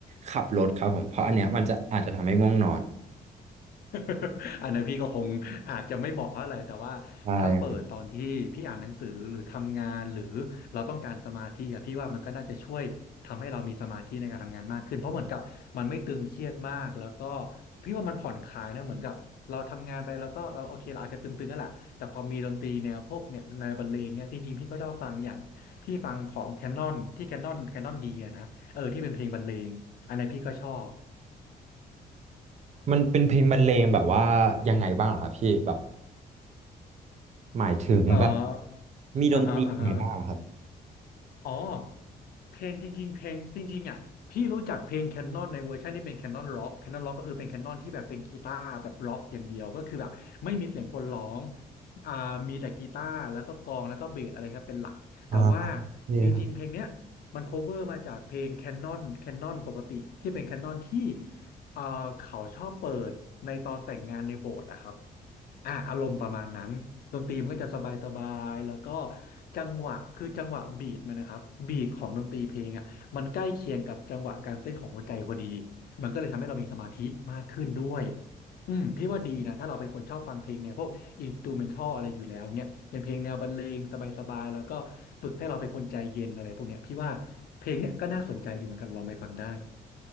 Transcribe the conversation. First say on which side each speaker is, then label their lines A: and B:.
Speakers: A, on the right; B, on the left.
A: ขับรถครับผมเพราะอันเนี้ยมันจะอาจจะทำให้ง่วงนอน
B: <laughs> อันนั้นพี่ก็คงอาจจะไม่เหมาะเท่าไหร่แต่ว่าถ้าเปิดตอนที่พี่อ่านหนังสือหรือทำงานหรือเราต้องการสมาธิอะพี่ว่ามันก็น่าจะช่วยทำให้เรามีสมาธิในการทำงานมากขึ้นเพราะเหมือนกับมันไม่ตึงเครียดมากแล้วก็
A: ใช่ครับ
B: พี่ว่ามันผ่อนคลายนะเหมือนกับเราทำงานไปแล้วก็เราโอเคเราอาจจะตึงๆนั่นแหละแต่พอมีดนตรีแนวพวกเนี่ยแนวบรรเลงเนี่ยจริงๆพี่ก็ชอบฟังอย่างพี่ฟังของแคนนอนที่แคนนอนแคนนอนดีอะนะเออที่เป็นเพลงบรรเลงอันนี้นพี่ก็ชอบ
A: มันเป็นเพลงบรรเลงแบบว่ายังไงบ้างเหรอครับพี่แบบหมายถึงแบบ
B: เออ
A: มีดนตรียังไงบ้างเหรอครับ
B: อ่าฮะอ่าฮะ อ๋อเพลงจริงๆเพลงจริงๆอ่ะพี่รู้จักเพลงแคนนอนในเวอร์ชันที่เป็นแคนนอนร็อกแคนนอนร็อกก็คือเป็นแคนนอนที่แบบเป็นกีตาร์แบบร็อกอย่างเดียวก็คือแบบไม่มีเสียงคนร้องอ่ามีแต่กีตาร์แล้วก็กลองแล้วก็เบสอะไรครับเป็นหลักแต่ว่า
A: อ่า
B: จริงๆเพลงเนี้ยมันโคเวอร์มาจากเพลงแคนนอนแคนนอนปกติที่เป็นแคนนอนที่อ่าเขาชอบเปิดในตอนแต่งงานในโบสถ์อะครับ อ่ะอารมณ์ประมาณนั้นดนตรีมันก็จะสบายสบายแล้วก็จังหวะคือจังหวะบีทมันนะครับบีทของดนตรีเพลงอ่ะมันใกล้เคียงกับจังหวะการเต้นของหัวใจพอดีมันก็เลยทำให้เรามีสมาธิมากขึ้นด้วยอืมพี่ว่าดีนะถ้าเราเป็นคนชอบฟังเพลงเนี่ยพวกอินสตูเมนทัลอะไรอยู่แล้วเนี่ยเป็นเพลงแนวบรรเลงสบายๆแล้วก็ฝึกให้เราเป็นคนใจเย็นอะไรพวกเนี้ยพี่ว่าเพลงเนี่ยก็น่าสนใจอยู่เหมือนกันลองไปฟังได้